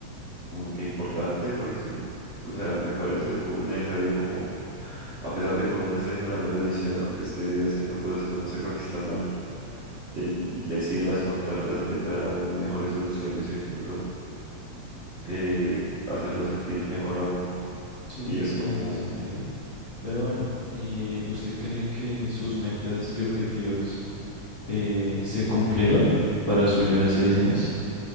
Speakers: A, on the right (about 35°); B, on the left (about 40°).
A: como que importante porque, o sea, me parece full necesario como, a pesar de que uno no esté haciendo las mejores decisiones o que esté haciendo cosas que uno sepa que está mal, el decirlas, contarlas, le trae a uno mejores soluciones o incluso eh, hacerlo sentir mejor a uno.
B: sí,
A: Y es
B: tiene
A: como...
B: sentido. Pero bueno, eh, ¿usted cree que sus metas y objetivos eh, se cumplieron para su yo de hace 10 años?